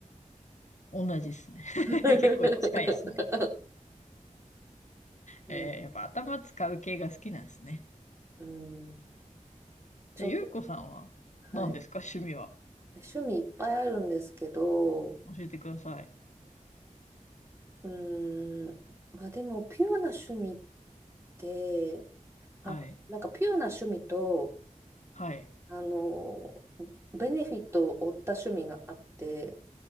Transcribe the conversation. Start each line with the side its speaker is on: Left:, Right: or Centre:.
Left: 同じですね。<laughs>
Right: <laughs>
Left: 結構近いですね。
Right: うん、
Left: えーやっぱ頭使う系が好きなんですね。
Right: うん、ちょっと、
Left: でゆうこさんは何ですか趣味は。
Right: はい。趣味いっぱいあるんですけど、
Left: 教えてください。
Right: うーん、まあでも、ピュアな趣味って、
Left: はい。
Right: あ、なんかピュアな趣味と、
Left: はい。
Right: あの、ベネフィットを負った趣味があって、